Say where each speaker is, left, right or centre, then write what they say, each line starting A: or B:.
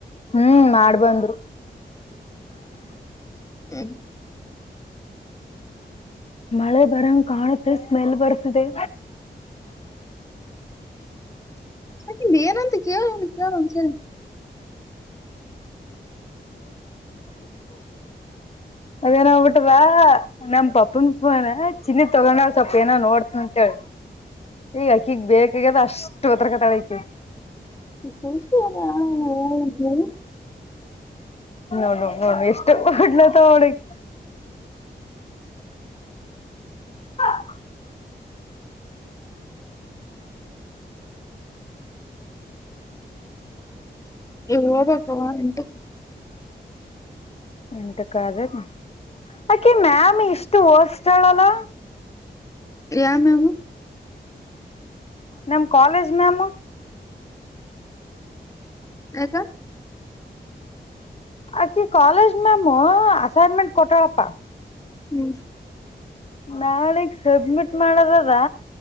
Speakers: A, on the left; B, on the left.
A: ಹ್ಮ್ ಮಾಡ್ ಬಂದ್ರು
B: ಹ್ಮ
A: ಮಳೆ ಬರಂಗ ಕಾಣತ್ತೆ ಸ್ಮೆಲ್ ಬರ್ತದೆ
B: ಅಕಿಂದ್ ಏನಂತ ಕೇಳ ಕೆಳ ಓನ್ ಸರಿ
A: ಅದೇನ್ ಆಗ್ ಬುಟ್ಟದ ನಮ್ ಪಪ್ಪನ್ ಪೂನ ಚಿನ್ನಿ ತೊಗೊಂಡಳ ಸ್ವಲ್ಪ ಏನ ನೋಡ್ತನ ಅಂತ ಹೇಳಿ ಈಗ ಅಕಿಗ್ ಬೇಕಾಗ್ಯದ ಅಷ್ಟ ಒದರ ಕತಾಳ <inaudible>
B: <unintelligible> ಹೇಳಿ
A: ನೋಡ ನೋಡ್ ಏಷ್ಟ ಹೊಡ್ಲಾತಾಳ ನೋಡ್ <inaudible>
B: ಈಗ ಹೊಬೇಕ ಅವ ಎಂಟಕ
A: ಎಂಟಕ ಆದ ಎನ್ ಆಕಿ ಮ್ಯಾಮ್ ಇಷ್ಟು ವಸ್ಟ್ಹಳ ಅಲಾ
B: ಯ ಮ್ಯಾಮು
A: ನಮ್ ಕಾಲೇಜ್ ಮ್ಯಾಮ್
B: ಯಾಕಾ
A: ಅಕಿ ಕಾಲೇಜ್ ಮ್ಯಾಮ ಅಸೈನ್ಮೆಂಟ್ ಕೊಟ್ಟಳಪ್ಪ
B: ಹ್ಮೂ
A: ನಾಳಿಗ್ ಸಬ್ಮಿಟ್ ಮಾಡದ ಅದಾ